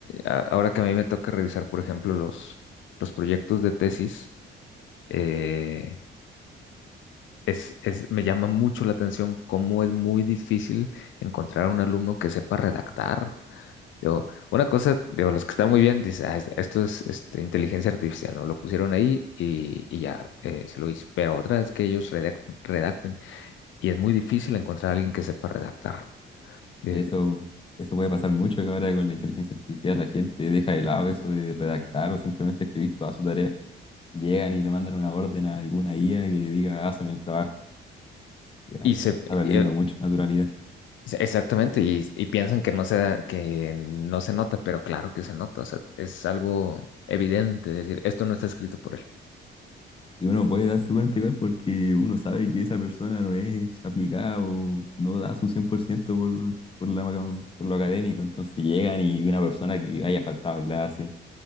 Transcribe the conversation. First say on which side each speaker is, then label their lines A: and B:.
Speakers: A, on the left; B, on the left.
A: a- ahora que a mí me toca revisar, por ejemplo, los, los proyectos de tesis, eh, es, es, me llama mucho la atención cómo es muy difícil encontrar un alumno que sepa redactar. Digo, una cosa, digo, los que están muy bien dicen, "Ah, es- esto es este, inteligencia artificial, ¿no? Lo pusieron ahí y, y ya eh, se lo hizo. Pero otra es que ellos redac- redacten y es muy difícil encontrar a alguien que sepa redactar. Eh,
B: Eso, eso puede pasar mucho que ahora con la inteligencia artificial la gente deja de lado eso de redactar o simplemente escribir toda su tarea. Y Llegan y le mandan una orden a alguna IA que le diga, hazme el trabajo. Ya
A: Y, se,
B: se está perdiendo
A: eh,
B: mucha naturalidad.
A: exactamente, y, y piensan que no se, que no se nota, pero claro que se nota, o sea, es algo evidente, es decir, esto no está escrito por él.
B: Y uno puede darse cuenta igual porque uno sabe que esa persona no es aplicada o no da su 100% por, ciento por, por, la, por lo académico. Entonces llegan y una persona que haya faltado a clase